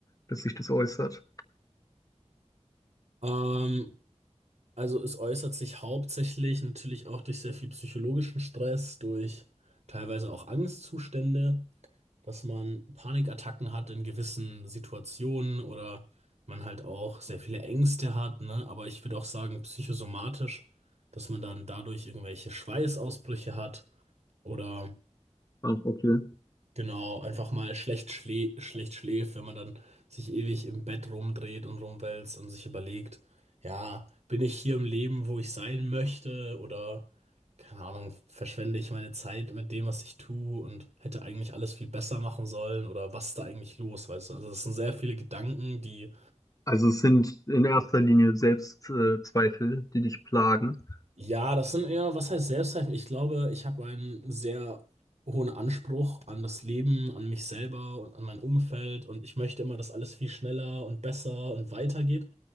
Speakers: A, on the left; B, on the right.
A: dass sich das äußert?
B: ähm, also es äußert sich hauptsächlich natürlich auch durch sehr viel psychologischen Stress, durch teilweise auch Angstzustände. dass man Panikattacken hat in gewissen Situationen oder man halt auch sehr viele Ängste hat, ne? Aber ich würde auch sagen, psychosomatisch, dass man dann dadurch irgendwelche Schweißausbrüche hat oder
A: Ach, okay.
B: Genau, einfach mal schlecht, schlä schlecht schläft, wenn man dann sich ewig im Bett rumdreht und rumwälzt und sich überlegt, ja, bin ich hier im Leben, wo ich sein möchte oder, keine Ahnung, verschwende ich meine Zeit mit dem, was ich tue und hätte eigentlich alles viel besser machen sollen oder was ist da eigentlich los, weißt du? Also es sind sehr viele Gedanken, die
A: Also es sind in erster Linie Selbstzweifel, äh, Zweifel, die dich plagen.
B: Ja, das sind eher, was heißt Selbstzweifel? Ich glaube, ich habe einen sehr hohen Anspruch an das Leben, an mich selber und an mein Umfeld und ich möchte immer, dass alles viel schneller und besser und weitergeht.